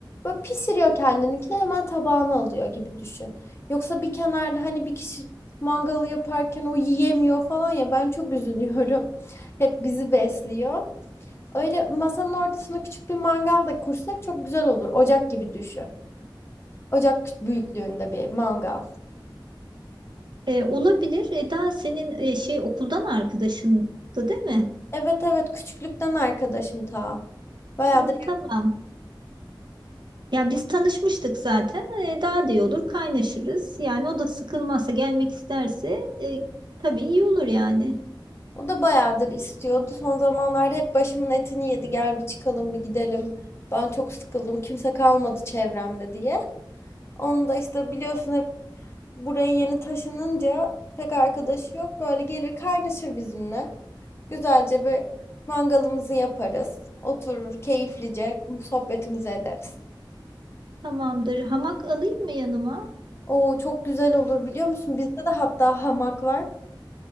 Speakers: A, on the left; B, on the right.
A: böyle pişiriyor kendininkini hemen tabağına alıyor gibi düşün. Yoksa bir kenarda hani bir kişi mangalı yaparken o yiyemiyor falan ya ben çok üzülüyorum. <laughs> Hep bizi besliyor. Öyle masanın ortasına küçük bir mangal da kursak çok güzel olur. Ocak gibi düşün. Ocak büyüklüğünde bir mangal.
B: E, olabilir. Eda senin e, şey okuldan arkadaşındı değil mi?
A: Evet evet küçüklükten arkadaşım ta. Bayağıdır
B: Hı, tamam. Ya biz tanışmıştık zaten. E, daha da iyi olur kaynaşırız. Yani o da sıkılmazsa gelmek isterse e, tabii iyi olur yani.
A: O da bayağıdır istiyordu. Son zamanlarda hep başımın etini yedi. Gel bir çıkalım bir gidelim. Ben çok sıkıldım. Kimse kalmadı çevremde diye. Onu da işte biliyorsun hep buraya yeni taşınınca pek arkadaşı yok. Böyle gelir kaynaşır bizimle. Güzelce bir mangalımızı yaparız. Oturur keyiflice sohbetimizi ederiz.
B: Tamamdır. Hamak alayım mı yanıma?
A: Oo çok güzel olur biliyor musun? Bizde de hatta hamak var.